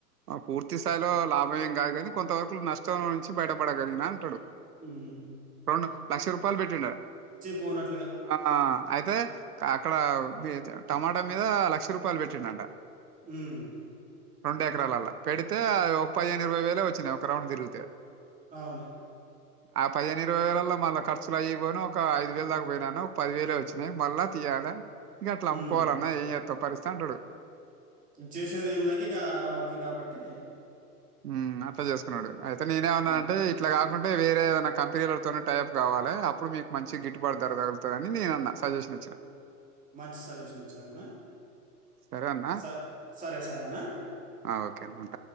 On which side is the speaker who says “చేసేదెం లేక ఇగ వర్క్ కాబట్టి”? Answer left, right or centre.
Right